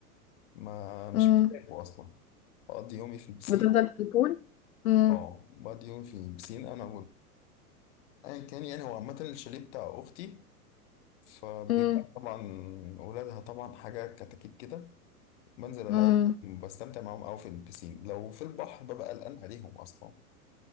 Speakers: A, on the left; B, on the left.
A: ما مش
B: امم
A: بحتاجه أصلا بقضي يومي في البسين
B: بتفضل في البول امم
A: اه بقضي يومي في البسين أنا ايا كان يعني هو عامة الشاليه بتاع اختي فبيبقى
B: امم
A: طبعا ولادها طبعا حاجة كتاكيت كده بنزل العب
B: امم
A: بستمتع معاهم قوي في البسين لو في البحر ببقى قلقان عليهم اصلا